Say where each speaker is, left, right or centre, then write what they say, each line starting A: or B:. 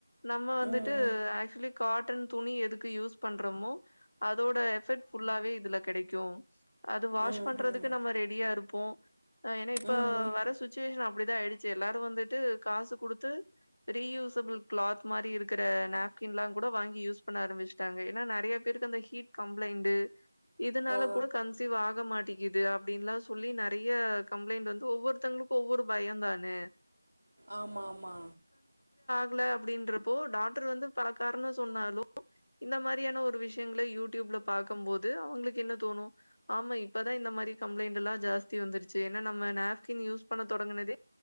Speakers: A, on the left (about 55°); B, on the right (about 85°).
A: நம்ம வந்துட்டு
B: ம்
A: ஆக்சுலி காட் டன் துணி எதுக் கு யூஸ் பண்றமோ அதோட எஃபெக்ட் ஃபுல்லாவே இதுல கெடைக் க்யு அது வாஷ்
B: ம்
A: பண்றதுக்கு
B: ம்
A: நம்ம ரெடியா இருப்போ ஏனா இப்பொ
B: ம்
A: வர ட்டுவேஷன் அப்டிதா ஆயிடுச்சு எல்லாரு வந்துட்டு காசு குடுத்து ரீயூசபிள் கிளாத் மாரி இருக்குற நேப்கின்லா கூட வாங்கி யூஸ் பண்ண ஆரம்பிச்ட்டாங்க ஏனா நெறைய பேருக்கு அந்த ஹீட் கம்ப்ளைண்டு இதுனால
B: ஆ
A: கூட கன்சீவ் ஆக மாட்டி இது அப்டின்லா சொல்லி நெறைய கம்ப்ளைண்ட் வந்து ஒவ்வொருத்தங்ளுக் ஒவ்வொரு பயொந்தானே
B: ஆமா ஆமா
A: குல அப்டின்றப்போ டாக்டர் வந்து பல காரணொ சொன்னாலு இந்த மாரியான ஒரு விஷ்யங்ள யூடியூப்ல பாக்கம்போது அவுங்ளுக்கு என்ன தோணு ஆமா இப்பதா இந்த மாரி கம்ளைண்ட்டுல்லா ஜாஸ்தி வந்துருச்சு என்னா நம்ம நாப்கின் யூஸ் பண்ண தொடங்குனதே